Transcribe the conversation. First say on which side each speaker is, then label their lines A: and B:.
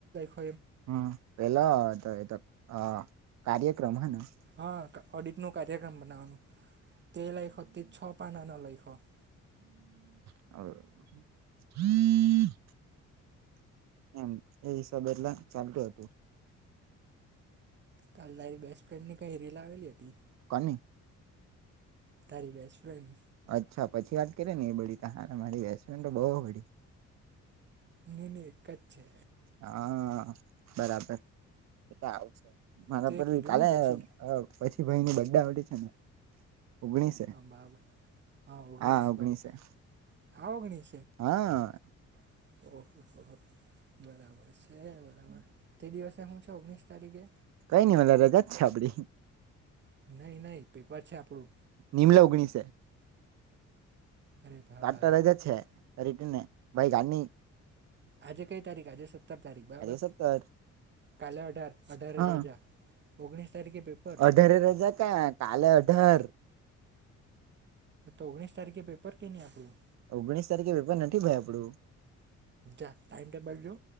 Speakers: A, on the right; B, on the right.
A: <unintelligible>
B: હમ પેલા તો એ તો અ કાર્યક્રમ <unintelligible>
A: હા ઓડિટ નું કાર્યક્રમ બનાવાનું તે લાયખો તે છ પાના ન <unintelligible>
B: <unintelligible> એમ એ હિસાબે એટલા ચાલતું હતું.
A: કાલ તારી બેસ્ટ ફ્રેન્ડની. કૈરી લાવલી હતી.
B: કની
A: તારી બેસ્ટ ફ્રેન્ડ
B: અચ્છા પછી વાત કરીએ ને એ બ હ મારી વસ તો બહ બડી.
A: મુની એક જ છે.
B: હા બરાબર <unintelligible> આવ મારા
A: તે
B: <unintelligible> ભાઈની
A: કીધું ને પછી
B: <unintelligible> છે, ને ઓગણીસ
A: હા બાબ ઓગણીસ
B: હા <unintelligible>
A: બાબ <unintelligible>
B: હા
A: <unintelligible> બરાબર છે, બરાબર તે દિવસે હું છે, ઓગણીસ તારીખે.
B: કઈ <unintelligible> રજા જ છે, આપડી.
A: નઈ નહી પેપર છે, આપડું
B: નિમલા ઓગણીસ
A: અરે ભાઈ
B: આજ ત રાજા ચ છે
A: ઓ-
B: કરીટીને. ભાઈ ગા ની.
A: આજે કઈ તારીખ આજે સ સતર તારીખ બરાબર
B: સત્તર
A: કાલે અઢાર અઢારે
B: હા
A: રાજા. ઓગણીસ તારીખે પેપર
B: અઢારે રજા ક કાલે ઘર
A: તો ઓગણીસ તારીખે પેપર કે નહીં આપણું.
B: ઓગણીસ તારીખે વેપર નથી ભાઈ આપડું.
A: જા ટાઈમ ટેબલ જો.